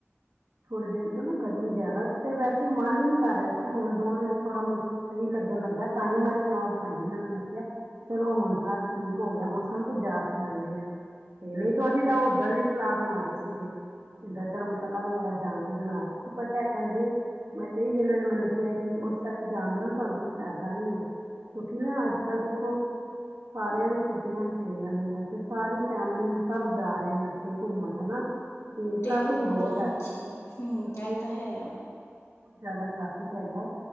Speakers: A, on the right; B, on the left.
A: ਥੋੜੇ ਦਿਨ ਤੋਂ ਨਾ, ਗਰਮੀ ਜ਼ਿਆਦਾ ਫਿਰ ਵੈਸੇ। ਅਂ ਮਨ ਹੀ ਨੀ ਕਰ ਰਿਹਾ ਸੀ, ਹੁਣ ਦੋ ਦਿਨ ਥੋੜਾ ਮ ਸਹੀ ਲੱਗਣ ਲੱਗਿਆ। ਤਾਂ ਹੀ ਮੈਂ ਸਲਾਹ ਬਣਾਈ, ਇਹਨਾਂ ਨੇ ਮੈਂ ਕਿਹਾ ਚਲੋ ਹੁਣ ਤਾਂ। ਠੀਕ ਹੋ ਗਿਆ, ਮੌਸਮ ਤੇ ਜਾ ਕੇ, ਆਉਂਦੇ ਹਾਂ, ਤੇ ਨਹੀਂ ਤ ਅਸੀਂ ਤਾਂ ਉੱਧਰ ਵੀ, ਸਲਾਹ ਬਣਾ ਰਹੇ। ਇੱਦਾਂ ਧਰਮਸ਼ਾਲਾ ਵਗੈਰਾ, ਜਾਣ ਲਈ ਬਣਾ ਰਹੇ। ਪਤਾ ਇਹ ਕਹਿੰਦੇ, ਮੈਂ ਕਈ ਜੰਨਾ ਨੇ ਮੈਨੂੰ ਕਿਹਾ, ਕਿ ਉਸ ਸ। ਜਾਂਣਦੇ, ਤੁਹਾਨੂੰ ਕੁਛ ਫਾਇਦਾ ਨੀ ਹੈ। ਕਿਉਂਕਿ ਨਾ, ਅੱਜ ਕੱਲ ਦੇਖੋ, ਸਾਰਿਆਂ ਦੀ ਛੁੱਟੀਆਂ ਪਈਆਂ ਦੀਆਂ। ਤੇ ਸਾਰੀ ਫੈਮਿਲੀ ਸਭ ਜਾ ਰਹੇ ਨੇ ਇੱਥੇ ਘੁੰਮਣ ਹੈਨਾ। ਤੇ ਟ੍ਰੈਫਿਕ
B: ਹੋਰ
A: ਬਹੁਤ
B: ਹਾਂਜੀ
A: ਹੈ, ਤੇ।
B: ਹਮ ਇਹ ਤਾਂ ਹੈ
A: ਤ ਜਿਆਦਾ, ਟ੍ਰੈਫਿਕ ਹੈਗਾ,